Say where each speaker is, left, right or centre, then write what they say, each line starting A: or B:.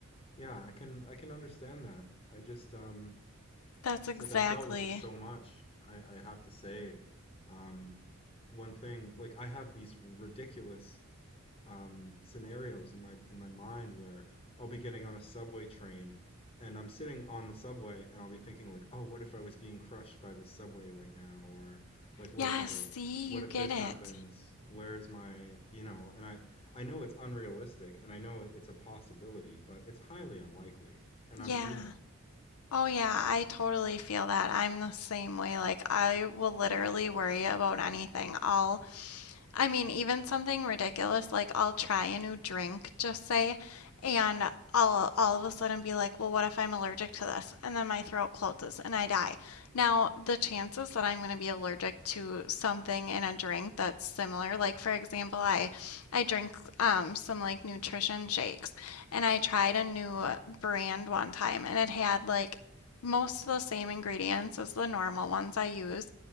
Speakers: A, on the left; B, on the left.
A: yeah, I can I can understand that. I just um
B: that's
A: It's
B: exactly.
A: like I've dealt with it so much. I, I have to say, um, one thing like I have these ridiculous um, scenarios in my in my mind where I'll be getting on a subway train and I'm sitting on the subway and I'll be thinking like, oh, what if I was being crushed by this subway right now? Or like, what
B: Yes,
A: if I
B: see,
A: what
B: you get
A: if this
B: it.
A: happens? Where's my, you know, and I I know it's unrealistic and I know it's a possibility, but it's highly unlikely. And
B: Yeah.
A: I'm, you know,
B: Oh yeah, I totally feel that. I'm the same way. Like I will literally worry about anything. I'll I mean, even something ridiculous like I'll try a new drink, just say, and I'll all of a sudden be like, well, what if I'm allergic to this? And then my throat closes and I die. Now, the chances that I'm going to be allergic to something in a drink that's similar, like for example, I I drink um, some like nutrition shakes, and I tried a new brand one time, and it had like most of the same ingredients as the normal ones I use,